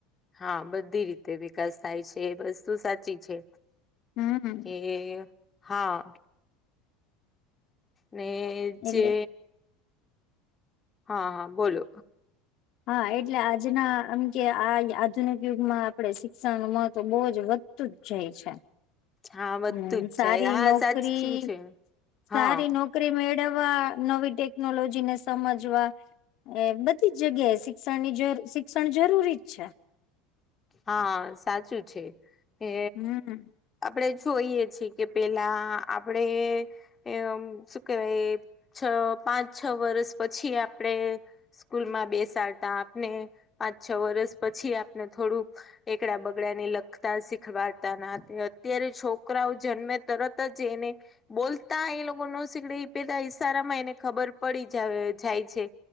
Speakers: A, on the left; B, on the left.
A: હા બધી રીતે વિકાસ થાય છે એ વસ્તુ સાચી છે.
B: હમ
A: એ હા. ને
B: એટલે
A: જે, હા બોલો.
B: હા એટલે આજના આમ કે આ આધુનિક યુગમાં આપણે શિક્ષણ નું મહત્વ બહુ જ વધ તું જ જાય છે.
A: હા વધતું
B: હમ્મ, સારી
A: જ જાય હા
B: નોકરી
A: સાચું છે
B: સારી
A: હા
B: નોક કરી મેળવવા નવી ટેકનોલોજી ને સમજવા એ બધી જ જગ્યાએ શિક્ષણ ની જ શિક્ષણ જરૂરી જ છે.
A: હા સાચું છે એ
B: હમ
A: આપણે જોઈએ છીએ કે પેલા આપણેે એમ શું કેહેવાય છ, પાંચ છ વર્ષ પછી આપણેે સ્કૂલ માં બેસાડતા આપને પાંચ છ વરષ પછી આપને થોડુંક એકડા બગડા ને લખતા શીખવાડતા અત્યારે છોકરાઓ જન્મે તરત જ એને બોલતા એ લોકો ન શીકડે એ પેલા ઈશારામાં એને ખબર પડી જ જાય છે.